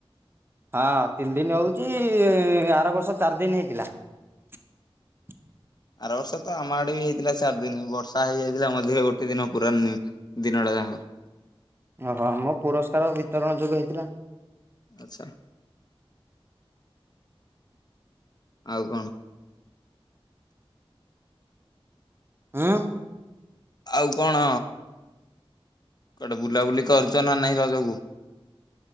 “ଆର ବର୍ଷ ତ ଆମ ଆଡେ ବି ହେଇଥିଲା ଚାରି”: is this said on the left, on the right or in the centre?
Left